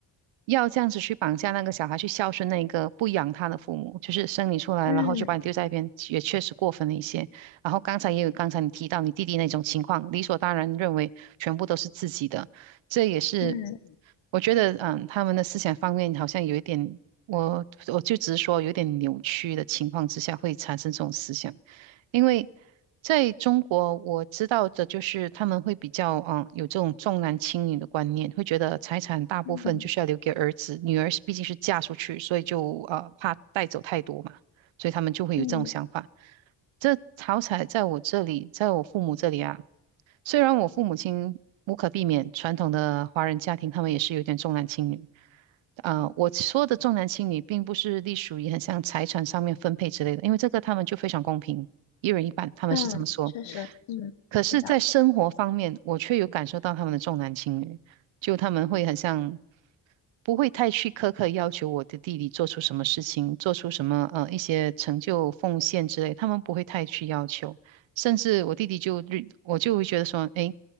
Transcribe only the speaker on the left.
嗯，
但，
嗯。
嗯
嗯
嗯，确实，嗯，
是这样子。